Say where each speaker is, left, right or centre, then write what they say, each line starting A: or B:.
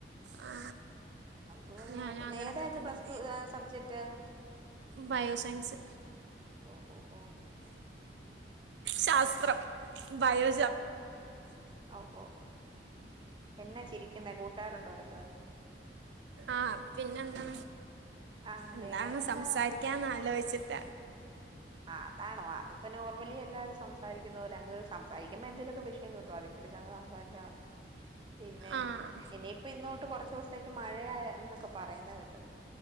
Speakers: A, on the right; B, on the right.
A: ആ
B: അതുങ്ങനെയെക്കെ
A: ഞാനും അങ്ങനൊക്കെ
B: ഏതായിര്ന്നു
A: തന്നെ
B: പ്ലസ്ടു സബ്ജെക്ട്..
A: ബയോസയൻസ്..
B: ഓ ഓ ഓ
A: ശാസ്ത്രം ബയോ.
B: ഔ. ഓ, ഓ, എന്നാ ചിരിക്കുന്നേ കൂട്ടരുണ്ടോ അടുത്ത്..
A: ആഹ് പിന്നെന്താ
B: ആഹ്
A: എന്താണ്
B: വേറെന്താ
A: സംസാരി ഞാനൊന്ന്ആലോയിച്ചിട്ട..
B: ആഹ് അതാണോ അതിപ്പൊ നോർമലി എല്ലാരും സംസാരിക്കുന്നപോല അങ് സംസാരിക്കുമ്പോ എന്തേലുക്കെ വിഷയം കിട്ടും അതി പിടിച്ചങ്ങ് സംസാരിച്ചാ മതി. പിന്നെ
A: ആ
B: ഇനിയിപ്പൊ ഇന്ന്തൊട്ട് കൊറച് സത്തേക്ക് മഴയന്നൊക്കെ പറയുന്നത് കേട്ട്..